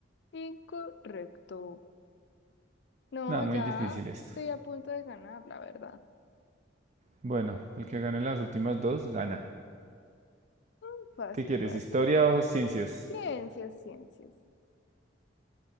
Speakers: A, on the left; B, on the right.
A: Incorrecto. No,
B: No, muy
A: ya
B: difícil esto.
A: estoy a punto de ganar, la verdad.
B: Bueno, el que gane las últimas dos gana.
A: Mm, Fácil,
B: ¿Qué quieres,
A: fácil.
B: historia o ciencias?
A: Ciencias, ciencias.